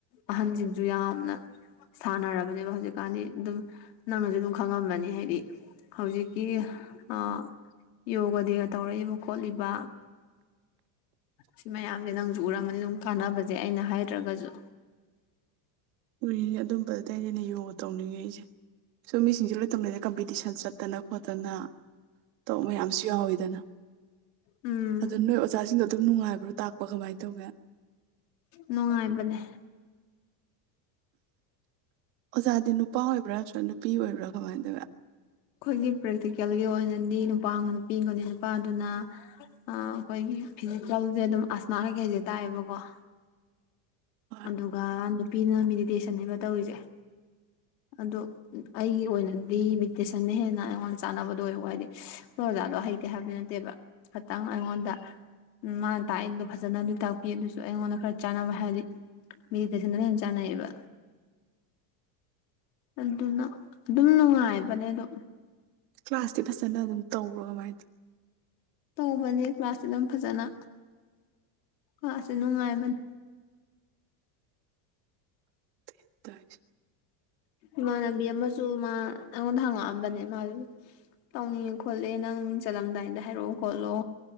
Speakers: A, on the left; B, on the right.
A: ꯑꯍꯟꯖꯤꯡꯖꯨ ꯌꯥꯝꯅ ꯁꯥꯟꯅꯔꯕꯅꯦꯕ ꯍꯧꯖꯤꯛꯀꯥꯟꯗꯤ ꯑꯗꯨꯝ ꯅꯪꯅꯖꯨ ꯑꯗꯨꯝ ꯈꯪꯉꯝꯃꯅꯤ ꯍꯥꯢꯗꯤ ꯍꯧꯖꯤꯛꯀꯤ ꯑꯥ ꯌꯣꯒ ꯗꯦꯒ ꯇꯧꯔꯛꯏꯕ ꯈꯣꯠꯂꯤ ꯕ ꯁꯤ ꯃꯌꯥꯝꯖꯦ ꯅꯪꯖꯦ ꯎꯔꯝꯃꯅꯤ ꯑꯗꯨꯝ ꯀꯥꯟꯅꯕꯖꯦ ꯑꯩꯅ ꯍꯥꯢꯗ꯭ꯔꯒꯖꯨ
B: ꯎꯔꯤꯅꯤ ꯑꯗꯨꯝꯕꯗꯩꯅꯤꯅꯦ ꯌꯣꯒ ꯇꯧꯅꯤꯡꯉꯤꯁꯦ ꯁꯨꯝ ꯃꯤꯁꯤꯡꯁꯦ ꯂꯣꯢ ꯇꯝꯅꯔꯦ ꯀꯝꯄꯤꯇꯤꯁꯟ ꯆꯠꯇꯅ ꯈꯣꯠꯇꯅ ꯇꯣꯞ ꯃꯌꯥꯝꯁꯨ ꯌꯥꯎꯋꯤꯗꯅ
A: ꯎꯝ
B: ꯑꯗꯣ ꯅꯣꯢ ꯑꯣꯖꯥꯁꯤꯡꯗꯣ ꯑꯗꯨꯝ ꯅꯨꯡꯉꯥꯢꯕ꯭ꯔꯣ ꯇꯥꯛꯄ ꯀꯃꯥꯢ ꯇꯧꯒꯦ
A: ꯅꯨꯡꯉꯥꯢꯕꯅꯦ
B: ꯑꯣꯖꯥꯗꯤ ꯅꯨꯄꯥ ꯑꯣꯢꯕ꯭ꯔꯥ ꯅꯠꯇ꯭ꯔꯥ ꯅꯨꯄꯤ ꯑꯣꯢꯕ꯭ꯔꯥ ꯀꯃꯥꯢ ꯇꯧꯋꯤ
A: ꯈꯣꯢꯒꯤ ꯄ꯭ꯔꯦꯛꯇꯤꯀꯦꯜꯒꯤ ꯑꯣꯢꯅꯗꯤ ꯅꯨꯄꯥꯝꯒ ꯅꯨꯄꯤꯝꯒꯅꯦ ꯅꯨꯄꯥꯗꯨꯅ ꯑ ꯑꯈꯣꯢꯒꯤ ꯐꯤꯖꯤꯀꯦꯜꯖꯦ ꯑꯗꯨꯝ ꯑꯁꯃꯥ ꯀꯩꯀꯩꯖꯦ ꯇꯥꯢꯑꯦꯕꯀꯣ
B: ꯍꯣꯏ
A: ꯑꯗꯨꯒ ꯅꯨꯄꯤꯅ ꯃꯦꯗꯤꯇꯦꯁꯟꯅꯦꯕ ꯇꯧꯔꯤꯖꯦ ꯑꯗꯣ ꯑꯩꯒꯤ ꯑꯣꯏꯅꯗꯤ ꯃꯤꯗꯤꯇꯦꯁꯟꯅ ꯑꯩꯒꯤ ꯑꯣꯢꯅꯗꯤ <unintelligible> ꯍꯦꯟꯅ ꯑꯩꯉꯣꯟꯗ ꯆꯥꯟꯅꯕꯗꯣ ꯑꯣꯢꯍꯧꯕ ꯍꯥꯢꯗꯤ ꯏꯁ ꯈꯣꯢ ꯑꯣꯖꯥꯗꯣ ꯍꯩꯇꯦ ꯍꯥꯢꯕꯗꯤ ꯅꯠꯇꯦꯕ ꯈꯇꯪ ꯑꯩꯉꯣꯟꯗ ꯎꯝ ꯃꯥꯅ ꯇꯥꯛꯏꯗꯣ ꯐꯖꯅꯗꯤ ꯇꯥꯛꯄꯤ ꯑꯗꯨꯁꯨ ꯑꯩꯉꯣꯟꯗ ꯈꯔ ꯆꯥꯟꯅꯕ ꯍꯥꯢꯔꯗꯤ ꯃꯦꯗꯤꯇꯦꯁꯟꯗꯅ ꯍꯦꯟ ꯆꯥꯟꯅꯩꯌꯦꯕ ꯑꯗꯨꯅ ꯑꯗꯨꯝ ꯅꯨꯡꯉꯥꯢꯕꯅꯦ ꯑꯗꯣ
B: ꯀ꯭ꯂꯥꯁꯇꯤ ꯐꯖꯅ ꯑꯗꯨꯝ ꯇꯧꯕ꯭ꯔꯣ ꯀꯃꯥꯢ ꯇꯧ
A: ꯇꯧꯕꯅꯦ ꯀ꯭ꯂꯥꯁꯇꯤ ꯑꯗꯨꯝ ꯐꯖꯅ ꯀ꯭ꯂꯥꯁꯁꯦ ꯅꯨꯡꯉꯥꯢꯕꯅꯦ
B: <unintelligible>
A: ꯏꯃꯥꯟꯅꯕꯤ ꯑꯃꯁꯨ ꯃꯥ ꯑꯩꯉꯣꯟꯗ ꯍꯪꯉꯛꯑꯝꯕꯅꯦ ꯃꯥꯖꯨ ꯇꯧꯅꯤꯡꯉꯦ ꯈꯣꯠꯂꯦ ꯅꯪ ꯃꯤꯡ ꯆꯠꯂꯝꯗꯥꯢꯗ ꯍꯥꯏꯔꯛꯑꯣ ꯈꯣꯠꯂꯣ